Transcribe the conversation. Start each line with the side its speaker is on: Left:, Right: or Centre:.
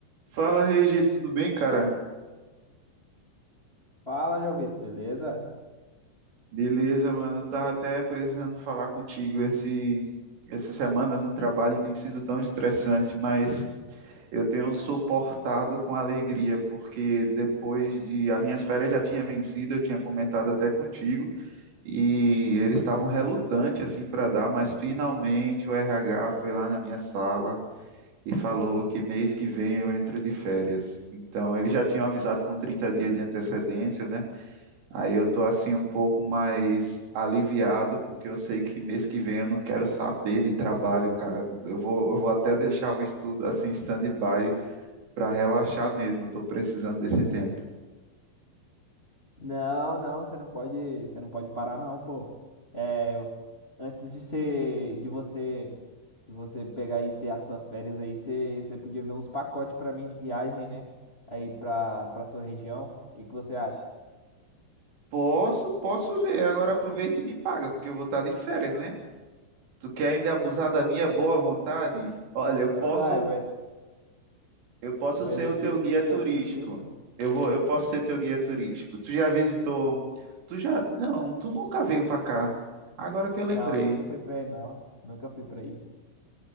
Right: Fala, Regi, tudo bem, cara?
Left: Fala, João Vitor, beleza?
Right: Beleza, mano. Eu tava até precisando falar contigo. Esse, essas semanas no trabalho tem sido tão estressante, mas eu tenho suportado com alegria, porque depois de as minhas férias já tinha vencido, eu tinha comentado até contigo, e eles estavam relutantes assim para dar, mas finalmente o RH foi lá na minha sala. E falou que mês que vem eu entro de férias. Então, eles já tinham avisado com 30 dias de antecedência, né? Aí eu tô assim um pouco mais aliviado, porque eu sei que mês que vem eu não quero saber de trabalho, cara. Eu vou, eu vou até deixar o estudo assim stand-by para relaxar mesmo. Eu tô precisando desse tempo.
Left: Não, não, você não pode, você não pode parar não, pô. É, eu- antes de ser, de você, de você pegar e ter as suas férias aí, você, você podia ver uns pacotes pra mim de viagem, né? Aí pra, pra sua região. O que que você acha?
Right: Posso, posso ver. Agora aproveita e me paga, porque eu vou estar de férias, né? Tu quer ainda abusar da minha boa vontade? Olha,
Left: Eu-
Right: eu
Left: eu-
Right: posso,
Left: Uai, mas,
Right: eu posso
Left: mas
Right: ser
Left: eu
Right: o
Left: preciso,
Right: teu guia turístico.
Left: eu preciso.
Right: Eu vou, eu posso ser teu guia turístico. Tu já visitou? Tu já? Não, tu nunca veio para cá. Agora que eu lembrei.
Left: Não, eu nunca fui pra aí, não. Nunca fui pra aí.